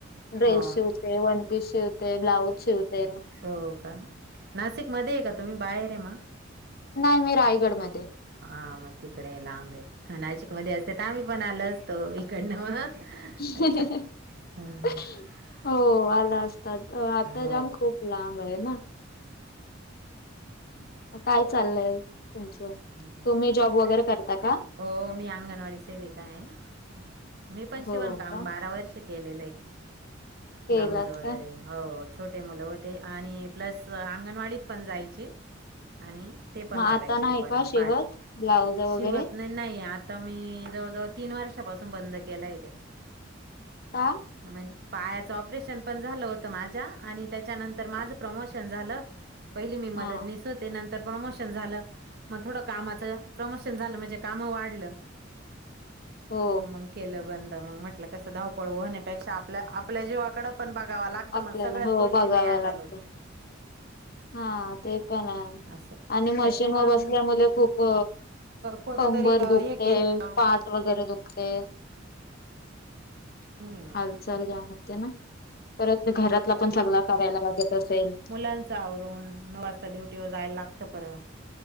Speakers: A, on the left; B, on the right.
A: ड्रेस
B: हो
A: शिवते, वनपीस शिवते, ब्लाऊज शिवते.
B: हो का. नाशिक मध्ये आहे का? तुम्ही बाहेरये मग?
A: नाय मी रायगडमध्ये.
B: हा मग तिकडे लांबे. नाशिक मध्ये असते, तर आम्ही पण आलो असतो. इकडनं मग
A: <unintelligible>
B: असं हा
A: हो आला असतात, आता
B: हो
A: जांब खूप लाबं हाय ना.
B: हम्म
A: मग काय चाललंय तुमच
B: काय
A: तुम्ही
B: नाही
A: जॉब वर वगैरे करता का
B: हो मी अंगणवाडी सेविका आहे हा मी पण
A: हो
B: शिवण काम
A: का
B: बारा वर्ष केलेलं आहे
A: केलात
B: ब्लाऊज वगैरे
A: का
B: हो छोटे मुलं होते आणि प्लस अंगणवाडीत पण जायची आणि ते पण
A: मग
B: करायचे
A: आता नाही
B: दुपारी
A: का
B: पर्यंत
A: शिवत
B: पाठ
A: ब्लाउज वगैरे
B: शिवत नाही आता मी जवळजवळ तीन वर्षापासून बंद केलय आहे तेे
A: का
B: म्हणज पायाचं ऑपरेशन पण झालं होतं माझ्या आणि त्याच्यानंतर माझं प्रमोशन झालं पहिली मी मदतनीस
A: हा
B: होते नंतर प्रमोशन झाल मग थोड कामाच प्रमोशन झालं म्हणजे काम वाढलं
A: हो
B: मंग केलं बंद मग म्हटलं कसं धावपळ होण्यापेक्षा आपल्या आपल्या जीवाकडे पण बघावा लागतं
A: आपल्याला
B: आता मग सगळ्याच
A: हो
B: गोष्टी
A: बघावं
B: नाही हँडल
A: लागतं
B: होतं
A: हा ते पण आहे
B: असं
A: आणि मशीन
B: त्याच्यामुळे
A: वर
B: मग
A: बसल्यामुळे खूप
B: कोणतं
A: कंबर
B: तरी अ,
A: दुखते
B: हे केलं
A: पाट वगैरे दुखते
B: हम्म
A: हाल चलल्या मग ते ना परत घरातला पण सगला करायला लागत असेल
B: मुलांचं आवरून नऊ वाजता ड्युटीवर जायला लागतं परत